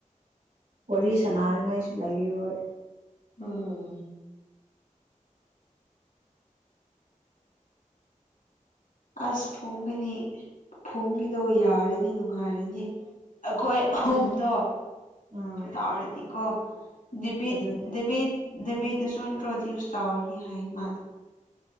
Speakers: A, on the right; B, on the left.
A: ꯋꯥꯔꯤ ꯁꯅꯅꯤꯡꯉꯥꯏꯁꯨ ꯂꯩꯔꯔꯣꯏ꯫
B: ꯎꯝ꯫ ꯑꯁ ꯐꯣꯡꯒꯅꯤ ꯐꯣꯡꯒꯤꯗꯣ ꯌꯥꯔꯅꯤ ꯅꯨꯡꯉꯥꯏꯔꯅꯤ꯫ ꯑꯩꯈꯣꯏ
A: ꯑꯗꯨꯅꯦ
B: ꯑꯍꯨꯝꯗꯣ
A: ꯎꯝ
B: ꯇꯧꯔꯗꯤꯀꯣ ꯗꯦꯕꯤꯠ
A: ꯑꯗꯨꯅꯦ
B: ꯗꯦꯕꯤꯠ ꯗꯦꯕꯤꯗ ꯗꯁꯨ ꯏꯟꯇꯔꯣꯗ꯭ꯌꯨꯁ ꯇꯧꯔꯅꯤ ꯍꯥꯏ ꯃꯥꯗ꯫